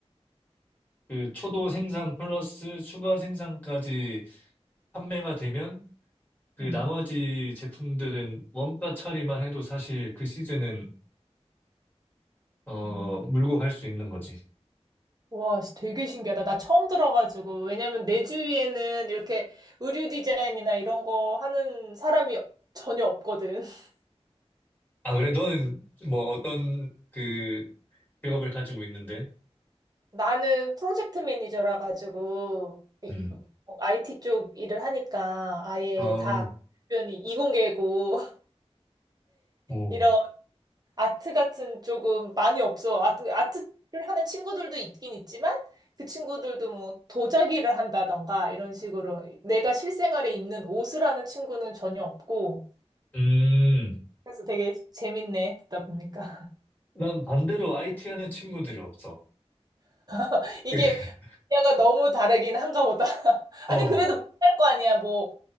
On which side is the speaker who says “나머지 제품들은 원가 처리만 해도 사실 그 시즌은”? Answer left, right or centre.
Left